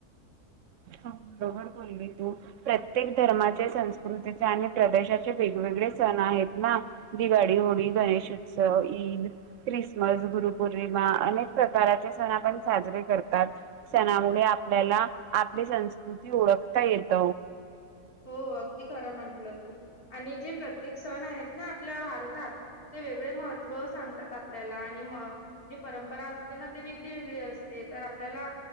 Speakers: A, on the right; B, on the left.
A: ह बरोबर बोलली तू प्रत्येक धर्माचे संस्कृतीचे आणि प्रदेशाचे वेगवेगळे सण आहेत ना दिवाळी होळी गणेश उत्सव ईद ख्रिसमस गुरुपौर्णिमा अनेक प्रकाराचे सण आपण साजरे करतात सणामुळे आपल्याला आपली संस्कृती ओळखता येत
B: हो अगदी खरं म्हंटलं तू आणि जे प्रत्येक सण आहेत ना आपल्या भारतात ते वेगळे महत्त्व सांगतात आपल्याला आणि मे परंपरा असते ना ते वेगळी वेगळी असते तर आपल्याला